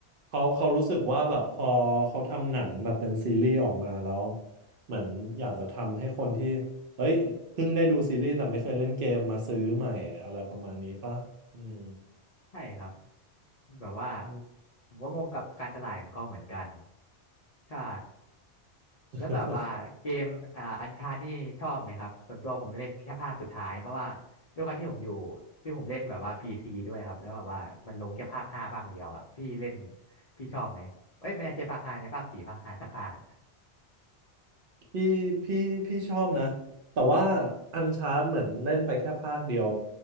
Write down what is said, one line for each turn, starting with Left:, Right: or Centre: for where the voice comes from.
Right: เขาเขารู้สึกว่าแบบพอเขาทำหนังแบบเป็นซีรีส์ออกมาแล้วเหมือนอยากจะทำให้คนที่เอ้ยเพิ่งได้ดูซีรีส์แต่ไม่เคยเล่นเกมมาซื้อใหม่อะไรประมาณนี้ป่ะอืม
Left: ใช่ครับแบบว่า
Right: อืม
Left: ผมก็งงกับการตลาดของเขาเหมือนกันใช่
Right: <laughs>
Left: แล้วแบบว่าเกมอ่าอันชาร์นี่ชอบไหมครับส่วนตัวผมเล่นแค่ภาคสุดท้ายเพราะว่าด้วยความที่ผมอยู่ที่ผมเล่นแบบว่าพีซีด้วยครับแล้วแบบว่ามันลงแค่ภาคห้าภาคเดียวอ่ะพี่เล่นพี่ชอบไหมเอ้ยไม่ได้ใช่ภาคห้าในภาคสี่ภาคห้าสักภาคอะ
Right: พี่พี่พี่ชอบนะแต่ว่าอันชาร์ d เหมือนเล่นไปแค่ภาคเดียว